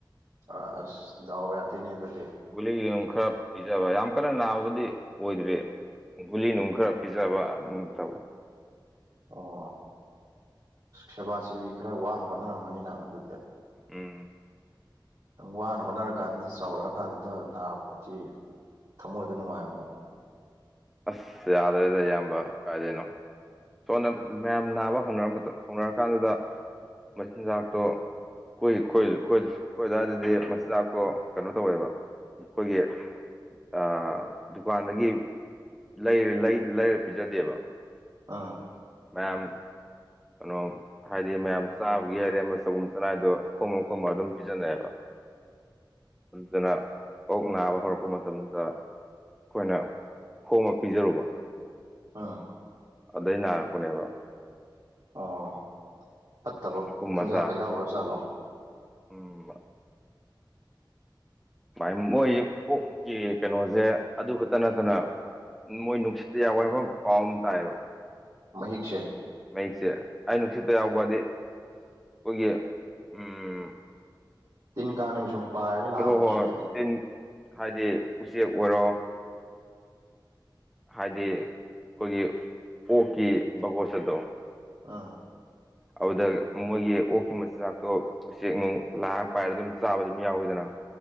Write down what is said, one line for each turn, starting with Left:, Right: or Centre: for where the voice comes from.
Right: ꯑꯥ ꯑꯁ ꯗꯎ ꯌꯥꯗꯦꯅꯦ ꯑꯗꯨꯗꯤ
Centre: ꯒꯨꯂꯤ ꯅꯨꯡ ꯈꯔ ꯄꯤꯖꯕ ꯌꯥꯝ ꯀꯟꯅ ꯅꯥꯕꯕꯨꯗꯤ ꯑꯣꯏꯗ꯭ꯔꯤ ꯒꯨꯂꯤꯅꯨꯡ ꯈꯔ ꯄꯤꯖꯕ ꯑꯝ ꯇꯧꯋꯤ
Right: ꯑꯣ ꯁꯦꯕꯥꯁꯦꯕꯤ ꯈꯔ ꯋꯥꯅ ꯍꯣꯠꯅꯔꯝꯃꯅꯤ ꯅꯪ ꯑꯗꯨꯗꯤ
Centre: ꯎꯝ
Right: ꯅꯪ ꯋꯥꯅ ꯍꯣꯠꯅꯔ ꯀꯥꯟꯗ ꯆꯥꯎꯔꯛꯑꯀꯥꯟꯗ ꯑꯗ ꯅꯥꯕꯗꯤ ꯊꯃꯣꯏꯗ ꯅꯨꯡꯉꯥꯏꯔꯝꯃꯣꯏ
Centre: ꯑꯁ ꯌꯥꯗ꯭ꯔꯦꯗ ꯑꯌꯥꯝꯕ ꯀꯥꯏꯗꯩꯅꯣ ꯁꯣꯟꯅ ꯃꯌꯥꯝ ꯅꯥꯕ ꯍꯧꯅꯔꯝꯕꯗꯣ ꯍꯧꯅꯔꯀꯥꯟꯗꯨꯗ ꯃꯆꯤꯟꯖꯥꯛꯇꯣ ꯈꯣꯏ ꯈꯣꯏ ꯈꯣꯏꯗ ꯈꯣꯏ ꯑꯗꯥꯏꯗꯗꯤ ꯃꯆꯤꯟꯖꯥꯛꯇꯣ ꯀꯅꯣ ꯇꯧꯋꯦꯕ ꯈꯣꯏꯒꯤ ꯑꯥ ꯗꯨꯀꯥꯟꯗꯒꯤ ꯂꯩꯔ ꯂꯩꯔ ꯄꯤꯖꯗꯦꯕ
Right: ꯑꯥ
Centre: ꯃꯌꯥꯝ ꯀꯅꯣ ꯍꯥꯏꯗꯤ ꯃꯌꯥꯝ ꯆꯥꯕꯒꯤ ꯑꯔꯦꯝꯕ ꯆꯒꯨꯝ ꯆꯅꯥꯏꯗꯣ ꯈꯣꯃ ꯈꯣꯃ ꯑꯗꯨꯝ ꯄꯤꯖꯟꯅꯩꯑꯕ
Right: <inaudible>
Centre: <unintelligible> ꯑꯣꯛ ꯅꯥꯕ ꯍꯧꯔꯛꯄ ꯃꯇꯝꯗ ꯑꯈꯣꯏꯅ <unintelligible> ꯄꯤꯖꯔꯨꯕ
Right: ꯑꯥ
Centre: ꯑꯗꯩ ꯅꯥꯔꯛꯄꯅꯦꯕ
Right: ꯑꯣ ꯐꯠꯇꯕ
Centre: ꯎꯈꯨꯝ
Right: ꯆꯤꯟꯖꯥꯛꯀ
Centre: ꯃꯆꯥ
Right: ꯌꯥꯎꯈ꯭ꯔ ꯖꯥꯠꯂꯣ
Centre: ꯎꯝ <unintelligible> ꯃꯣꯏ ꯀꯣꯛꯀꯤ ꯀꯩꯅꯣꯖꯦ ꯑꯗꯨ ꯈꯠꯇ ꯅꯠꯇꯅ ꯃꯣꯏ ꯅꯨꯡꯁꯤꯠ <unintelligible> ꯄꯥꯎ ꯑꯝ ꯇꯥꯏꯕ
Right: ꯃꯌꯦꯛꯁꯦ
Centre: ꯃꯍꯤꯛꯁꯦ ꯑꯩ ꯅꯨꯡꯁꯤꯠꯇ ꯌꯥꯎꯕꯗꯤ ꯑꯈꯣꯏꯒꯤ ꯎꯝ
Right: ꯇꯤꯟ ꯀꯥꯡꯅꯦ ꯁꯨꯝ ꯄꯥꯏꯔꯒ ꯂꯥꯛꯑꯝꯕꯁꯨ
Centre: ꯍꯣ ꯍꯣ ꯍꯣ
Right: ꯌꯥꯏꯅꯦ
Centre: ꯇꯤꯟ ꯍꯥꯏꯗꯤ ꯎꯆꯦꯛ ꯑꯣꯏꯔꯣ ꯍꯥꯏꯗꯤ ꯑꯈꯣꯏꯒꯤ ꯑꯣꯛꯀꯤ ꯕꯒꯣꯁꯗꯣ
Right: ꯎꯝ
Centre: ꯑꯗꯨꯗ ꯃꯣꯏꯒꯤ ꯑꯣꯛꯀꯤ ꯃꯆꯤꯟꯖꯥꯛꯇꯣ ꯎꯆꯦꯛ ꯅꯨꯡ ꯂꯥ ꯄꯥꯏꯔ ꯗꯨꯝ ꯆꯥꯕ ꯗꯨꯝ ꯌꯥꯎꯋꯤꯗꯅ